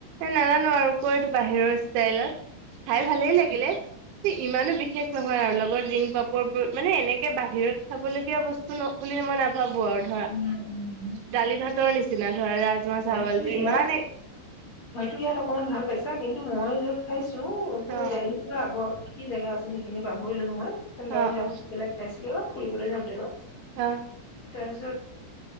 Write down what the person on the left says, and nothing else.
উম উম
হয়তো
ইয়াত, হয়তো ইয়াত অকমান ভাল পাইছ আচ্ছা কিন্তু মই য'ত খাইছো এইফালে
দেলহিৰ পৰা আগত কি জেগা আছিল সেইখিনি পাহৰিলো নহয় গাড়ী
ৰাখি
পেলাই খাইছিলোঁ বা ফুৰিবলৈ যাওঁতে আৰু
তাৰপিছত